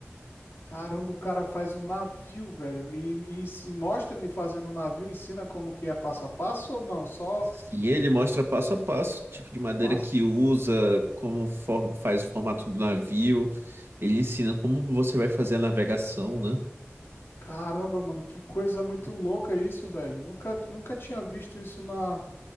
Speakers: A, on the left (about 60°); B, on the right (about 60°).
A: Caramba, o cara faz um navio, velho. E, e, e mostra ele fazendo um navio, ensina como que é passo a passo ou não? Só
B: Sim, ele mostra passo a passo o tipo de madeira
A: passa.
B: que usa, como for- faz o formato do navio. Ele ensina como você vai fazer a navegação, né?
A: Caramba, mano, que coisa muito louca isso, velho. Nunca, nunca tinha visto isso na,